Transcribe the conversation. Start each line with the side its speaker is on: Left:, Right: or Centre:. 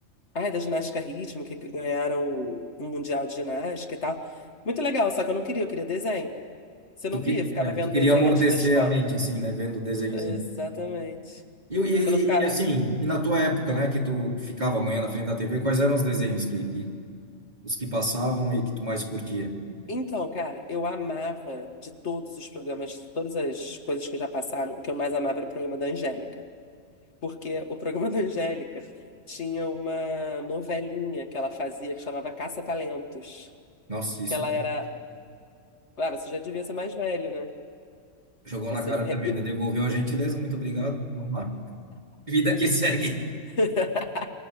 Left: Ai, da ginástica rítmica, que ganharam um mundial de ginástica e tal. Muito legal, só que eu não queria, eu queria desenho. Você
Right: Tu,
Left: não
Right: que,
Left: via? Ficava
Right: é, tu
Left: vendo
Right: queria
Left: desenho
Right: amortecer
Left: antes da escola.
Right: a mente, assim, né? Vendo o desenhozinho.
Left: Exatamente.
Right: E,
Left: Você não ficava...
Right: e, e assim, e na tua época, né? Que tu ficava amanhã na frente da TV, quais eram os desenhos que, que os que passavam e que tu mais curtia.
Left: Então, cara, eu amava de todos os programas, de todas as coisas que já passaram, o que eu mais amava era o programa da Angélica. Porque o programa da Angélica tinha uma novelinha que ela fazia que chamava Caça-Talentos.
Right: Nossa, isso
Left: Que ela era. Ah, você já devia ser mais velho, né?
Right: jogou
Left: Você
Right: na cara
Left: não. <laughs> é-
Right: também,
Left: é-
Right: né? Devolveu a gentileza, muito obrigado. Vamos lá. Vida que <laughs> segue.
Left: <laughs>